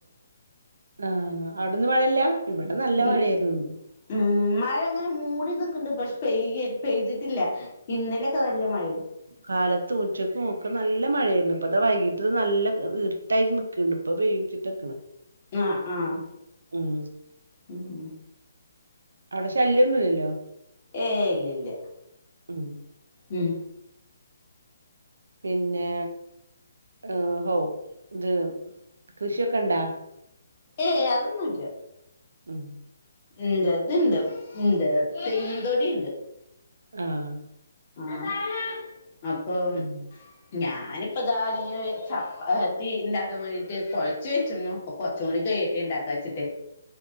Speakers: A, on the right; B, on the left.
A: ആഹ് അവിട് ഇന്ന് മഴല്ല ഇവിടെ നല്ല
B: ഇ-
A: മഴയായിര്ന്നു ഇന്ന്
B: ഉം മഴ ഇങ്ങനെ മൂടി നിക്ക്നണ്ട്. പക്ഷെ പെയ് പെയ്തിട്ട്ല്ല. ഇന്നലെ ഒക്കെ നല്ല മഴേ നു
A: കാലത്ത് ഉച്ചക്ക് ഒക്കെ നല്ല മഴയായിരുന്നു. ഇപ്പ അത് വൈകീട്ട് നല്ല ഇർട്ടായിട്ട് നിക്ക്ണ്ട് ഇപ് ഇപ്പ പേയ്യും ചിട്ടക്ക്ണെ
B: അഹ് ആഹ്
A: ഉം
B: ഉം <inaudible>
A: അവിടെ ശല്യൊന്നു ഇല്ലല്ലോ
B: ഏഹ് ഇല്ല ഇല്ല
A: ഉം
B: ഉം
A: പിന്നെ ഉം ഓഹ് ഇത് കൃഷിയൊക്കെ ഇണ്ടോ
B: ഏയ് അതൊന്നു ഇല്ല
A: ഉം
B: ഇജർത്ത്ണ്ട് ഇഞ്ചെ തെങ്ങിൻന്തോടിയുണ്ട്
A: ആഹ്
B: ആഹ അപ്പൊ
A: ഉം
B: ഞാനിപ്പ ഇതാ ഇ ചപ്പത്തി ഉണ്ടാക്കാൻ വേണ്ടീട്ട് കുഴച്ച് വെച്ചിരുന്നു അപ്പ കൊറച്ചുണി കയറ്റി ഉണ്ടാക്കാ വച്ചിട്ട്